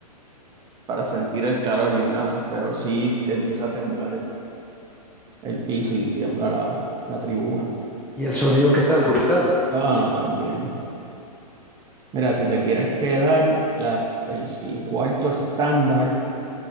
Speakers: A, on the right; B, in the centre.
A: para sentir el calor ni nada, pero sí te empieza a temblar el el piso y tiembla la, la tribuna.
B: Y el sonido, ¿qué tal? Brutal.
A: No, no, también. Mira, si te quieres quedar, la, el, el cuarto estándar